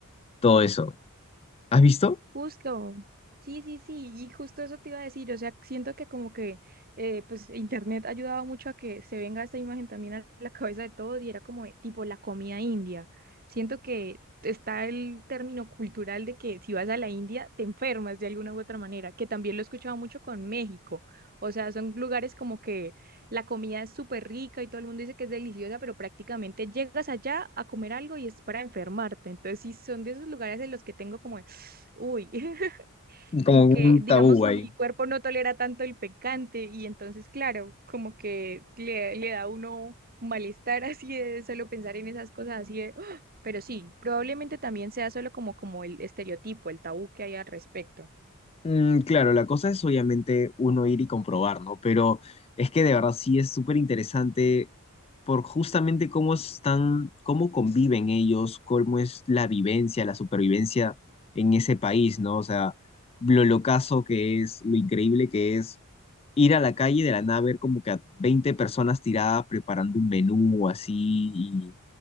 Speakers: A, on the left (about 25°); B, on the right (about 40°).
A: todo eso. ¿Has visto?
B: Justo, sí, sí, sí, y justo eso te iba a decir, o sea, siento que como que eh, pues internet ayudaba mucho a que se venga esta imagen también a la cabeza de todos y era como de, tipo la comida india. Siento que está el término cultural de que si vas a la India te enfermas de alguna u otra manera, que también lo he escuchado mucho con México. O sea, son lugares como que la comida es súper rica y todo el mundo dice que es deliciosa, pero prácticamente llegas allá a comer algo y es para enfermarte. Entonces, sí, son de esos lugares en los que tengo como uy, <laughs> como
A: Como
B: que,
A: un
B: digamos,
A: tabú
B: mi
A: ahí.
B: cuerpo no tolera tanto el picante y entonces, claro, como que le, le da a uno un malestar <laughs> así de solo pensar en esas cosas así de, "Ah", pero sí, probablemente también sea solo como, como el estereotipo, el tabú que hay al respecto.
A: Mm, claro, la cosa es obviamente uno ir y comprobar, ¿no? Pero es que de verdad sí es súper interesante por justamente cómo están, cómo conviven ellos, cómo es la vivencia, la supervivencia en ese país, ¿no? O sea, lo locazo que es, lo increíble que es ir a la calle y de la nada ver como que a 20 personas tiradas preparando un menú así y,